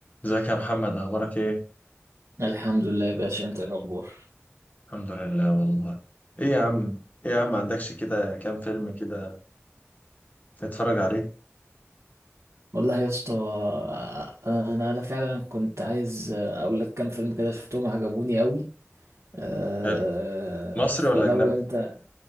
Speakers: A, on the left; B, on the right.
A: ازيك يا محمد اخبارك ايه
B: الحمد لله يا باشا انت ايه الاخبار
A: الحمد لله والله ايه يا عم ايه يا عم ما عندكش كده كام فيلم كده نتفرج عليه
B: والله يا اسطى انا انا فعلا كنت عايز اقول لك كام فيلم كده شفتهم عجبوني قوي أه
A: حلو مصري
B: فلو
A: ولا اجنبي
B: انت